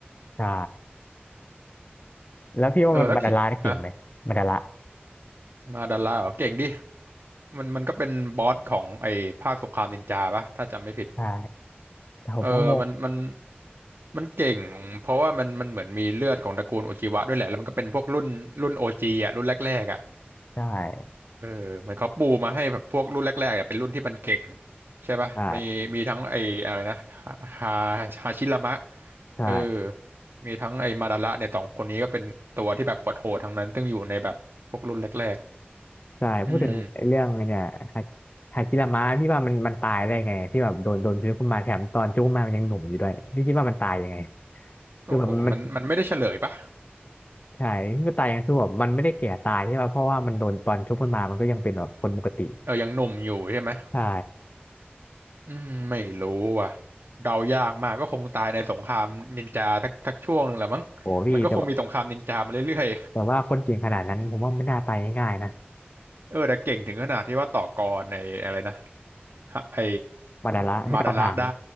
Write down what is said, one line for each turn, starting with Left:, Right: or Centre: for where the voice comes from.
Left: ใช่แล้วพี่ว่ามันบันดาลานี่เก่งไหมบรดาละ
Right: เออแล้วที่ฮะมาดาร่าเหรอเก่งดิมันมันก็เป็นบอสของไอ้ภาคสงครามนินจาปะถ้าจำไม่ผิด
Left: ใช่แต่ผมก็งง
Right: เออมันมันมันเก่งเพราะว่ามันมันเหมือนมีเลือดของตระกูลโอจิวะด้วยแหละแล้วมันก็เป็นพวกรุ่นรุ่นโอจีอ่ะรุ่นแรกๆอ่ะ
Left: ใช่
Right: เออเหมือนเขาปูมาให้แบบพวกรุ่นแรกๆอ่ะเป็นรุ่นที่มันเก่งใช่ปะมีมีทั้งไอ้อะไรนะฮา
Left: ใช่
Right: ฮาชิรามะ
Left: ใช่
Right: เออมีทั้งไอ้มาดาระเนี่ยสองคนนี้ก็เป็นตัวที่แบบโหดๆทั้งนั้นซึ่งอยู่ในแบบพวกรุ่นแรกๆอืม
Left: ใช่พูดถึงเรื่องเนี่ยฮาฮาจิระมะพี่ว่ามันมันตายได้ไงที่แบบโดนโดนชื้อขึ้นมาแถมตอนชื้อขึ้นมามันยังหนุ่มอยู่ด้วยพี่คิดว่ามันตายยังไงคือแบบมัน
Right: โอ้โหมันมันไม่ได้เฉลยปะ
Left: ใช่ที่มันตายยังคือแบบมันไม่ได้แก่ตายใช่ป่ะเพราะว่ามันโดนตอนชุบขึ้นมามันก็ยังเป็นแบบคนปกติ
Right: เออยังหนุ่มอยู่ใช่ไหม
Left: ใช่
Right: อืมไม่รู้ว่ะเดายากมากก็คงตายในสงครามนินจาสักสักช่วงหนึ่งแหละมั้งมันก็คงมีสงครามนินจามาเรื่อย
Left: โอ้พี่แต่ว่าแต่ว่าคนเก่งขนาดนั้นผมว่าไม่น่าตายง่ายๆนะ
Right: ๆเออแต่เก่งถึงขนาดที่ว่าต่อกรในอะไรนะฮะไอ
Left: มาดาระถ้าเกาหาง
Right: มาดาระได้